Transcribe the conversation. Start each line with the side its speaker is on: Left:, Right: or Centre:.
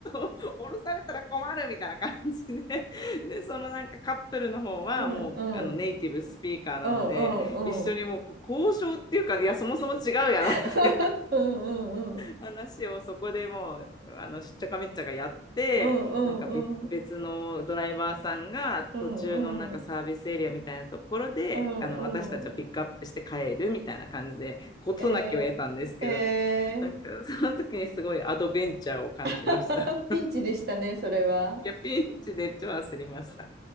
Left: うそう降ろされたら困るみたいな感じで、で、そのなんかカップルの方はもうあのネイティブスピーカーなので、
Right: うんうん。うんうんうん。
Left: 一緒にもう交渉っていうか、いや、そもそも違うやろ
Right: <laughs>
Left: <laughs>、
Right: うんうんうん。
Left: 話をそこでもう、あの、しっちゃかめっちゃがやって、
Right: うんうんうん。
Left: なんか別別のドライバーさんが途中のなんかサービスエリアみたいなところで、
Right: うんうん。うんうん。
Left: あの、私たちはピックアップして帰るみたいな感じで、事なきを得たんですけど、
Right: えー、えー、
Left: なんかその時にすごいアドベンチャーを感じました。
Right: <laughs> ピンチでしたね、それは。
Left: いや、ピンチで超焦りました。